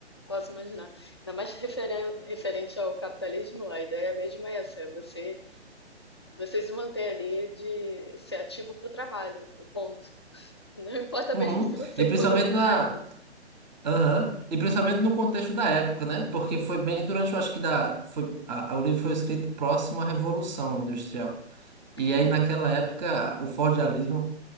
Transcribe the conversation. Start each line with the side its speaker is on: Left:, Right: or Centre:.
Left: posso imaginar. Ainda mais referen- referente ao capitalismo, a ideia mesmo é essa, é você, você se manter ali de ser ativo para o trabalho, e ponto. Não importa
Right: Uhum.
Left: mesmo se você
Right: E principalmente
Left: for um inseto.
Right: na. Aham. E principalmente no contexto da época, né? Porque foi bem durante, eu acho que da, foi, a- a- o livro foi escrito próximo à Revolução Industrial. E
Left: Hum,
Right: aí, naquela época, o fordialismo,